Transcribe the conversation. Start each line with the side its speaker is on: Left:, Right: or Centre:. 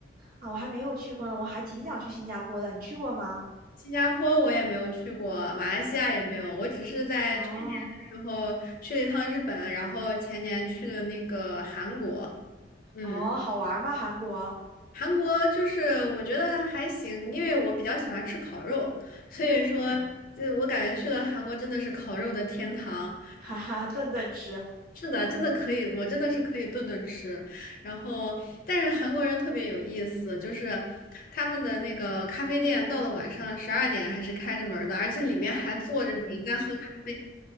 Right: 啊，我还没有去过呢，我还挺想去新加坡的，你去过吗？
Left: 新加坡我也没有去过，马来西亚也没有，我只是在去年的时候去了一趟日本，
Right: 哦
Left: 然后前年去了那个韩国。嗯。
Right: 哦，好玩吗？韩国？
Left: 韩国就是我觉得还行，因为我比较喜欢吃烤肉，所以说，
Right: 嗯，
Left: 这我感觉去了韩国真的是烤肉的天堂。
Right: 哈哈，顿顿吃，
Left: 是的，真的可以，我真的是可以顿顿吃。然后，但是韩国人特别有意思，就是他们的那个咖啡店到了晚上十二点还是开着门儿的，而且里面还坐着人在喝咖啡。